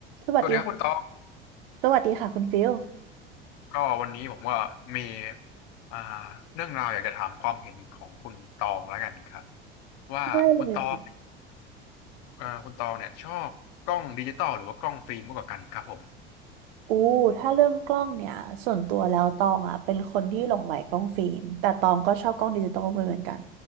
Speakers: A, on the right (about 70°); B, on the left (about 55°).
A: สวัสดี
B: สวัสดีครับคุณตอง
A: สวัสดีค่ะคุณฟิล
B: ก็วันนี้ผมว่ามีอ่าเรื่องราวอยากจะถามความเห็นของคุณตองแล้วกันครับว่าคุณตอง
A: ได้เลยค่ะ
B: เอ่อคุณตองเนี่ยชอบกล้องดิจิตอลหรือว่ากล้องฟิล์มมากกว่ากันครับผม
A: อู้ถ้าเรื่องกล้องเนี่ยส่วนตัวแล้วตองอ่ะเป็นคนที่หลงใหลกล้องฟิล์มแต่ตองก็ชอบกล้องดิจิตอลเหมือนกัน